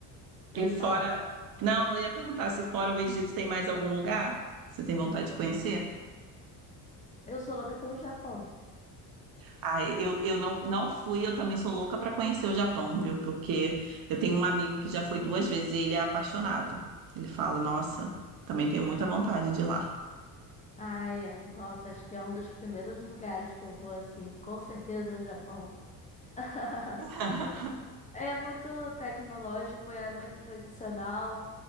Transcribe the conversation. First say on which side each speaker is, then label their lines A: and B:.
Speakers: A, on the left (about 20°); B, on the right (about 55°).
A: pode
B: E fora...
A: falar.
B: Não, eu ia perguntar se fora o Egito tem mais algum lugar que você tem vontade de conhecer?
A: Eu sou louca pelo Japão.
B: Ah, eu, eu não, não fui, eu também sou louca para conhecer o Japão, viu? Porque eu tenho um amigo que já foi duas vezes e ele é apaixonado. Ele fala, nossa, também tenho muita vontade de ir lá.
A: Ai, é- nossa, acho que é um dos primeiros lugares que eu vou assim. Com certeza, é o Japão. <laughs>
B: <laughs>
A: É muito tecnológico, é muito tradicional,